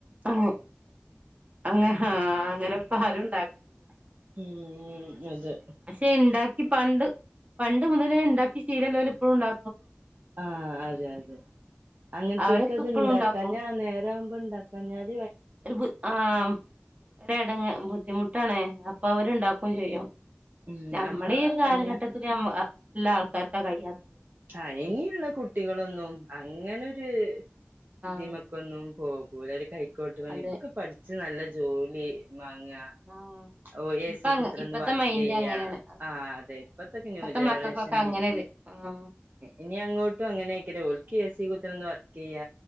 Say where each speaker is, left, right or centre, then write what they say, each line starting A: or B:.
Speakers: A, on the right; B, on the right.
A: അങ്ങ് അങ്ങ് ആഹ് അങ്ങനെപ്പാരുണ്ടാ <unintelligible>
B: ഉം അതെ
A: പക്ഷെ ഉണ്ടാക്കി പണ്ട് പണ്ട് മുതലേ ഇണ്ടാക്കി ശീലല്ലോല് ഇപ്പളും ഉണ്ടാ
B: ആഹ അതെ അതെ അങ്ങനത്തക്ക
A: അവരൊക്കെ
B: അത്
A: ഇപ്പഴും
B: ഇണ്ടാക്കാ
A: ഉണ്ടാക്കും
B: ഞാ നേരം ഉണ്ടാക്കഞാൽ
A: ഒരു ബു ആഹ് ഒരെട്ങ്ങ് ബുദ്ധിമുട്ടാണ് അപ്പൊ അവരുണ്ടാക്കും ചെയ്യും.
B: ഉം
A: ഞമ്മള്
B: അപ്പൊ
A: ഈ ഒരു കാലഘട്ടത്തില്
B: എങ്ങ
A: ഞം അ ലാർക്കാർക്കാ കൈയത
B: അഴങ്ങിയുള്ള കുട്ടികളൊന്നും അങ്ങനെ രെ ഇതിമക്കൊന്നും
A: ആഹ്
B: പോ പുരാരി കായി കോട്ട്ണ
A: അതെ
B: ഇപ്പൊക്കെ പഠിച്- നല്ല ജോലി മാങ്ങ
A: ആഹ്
B: ഓ എസി
A: ഇപ്പ അങ്ങ
B: കുത്രന്ന്
A: ഇപ്പത്തെ
B: വർക്ക്ചെയ്യാ
A: മൈൻഡ് അങ്ങനേണ്
B: ആഹ് അതെ ഇപ്പത്തക്കെ
A: ഇപ്പത്തെ
B: ന്യൂ ജനറേഷന്
A: മക്കക്കൊക്കെ അങ്ങനൊരു ആഹ്
B: ഇനി അങ്ങോട്ടും അങ്ങനെ അയ്കരം ഓൽക് എസി കുത്തര്ന്ന് വർക്ക് ചെയ്യ